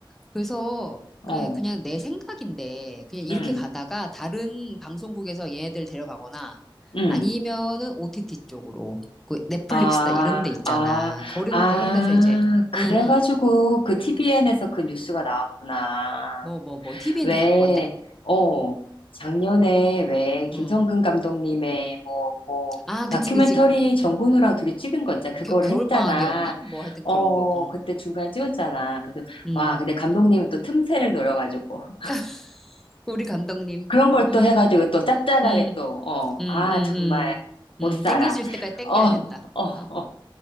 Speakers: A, in the centre; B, on the left.
A: 그래서
B: 어,
A: 그냥 그냥 내 생각인데 그냥 이렇게
B: 응,
A: 가다가 다른 방송국에서 얘네들 데려가거나
B: 응.
A: 아니면은 OTT 쪽으로 그 넷플릭스나
B: 아,
A: 이런 데 있잖아.
B: 아,
A: 그런
B: 아,
A: 그런 데서 이제
B: 그래가지고
A: 응응
B: 그 TVN에서 그 뉴스가 나왔구나.
A: 뭐 뭐 뭐 t v
B: 왜,
A: 는 갖고 간대?
B: 어, 작년에 왜 김성근
A: 응.
B: 감독님의 뭐, 뭐,
A: 아,
B: 다큐멘터리
A: 그치 그치.
B: 정근우랑 둘이 찍은 거 있잖아. 그거를
A: 겨, 겨울
B: 했잖아.
A: 방학이었나? 뭐 하여튼
B: 어,
A: 그런 거. 어.
B: 그때 중간에 찍었잖아. 그래서,
A: 음.
B: 와, 근데 감독님은 또 틈새를 노려가지고. <laughs>
A: <laughs> 우리 감독님.
B: 그런 걸
A: 음.
B: 또 해가지고 또 짭짤하게
A: 음.
B: 또, 어,
A: 음.
B: 아,
A: 음.
B: 정말
A: 음.
B: 못
A: 음.
B: 살아.
A: 땡길 수 있을 때까지 땡겨야
B: 어,
A: 된다.
B: 어, 어.
A: 어.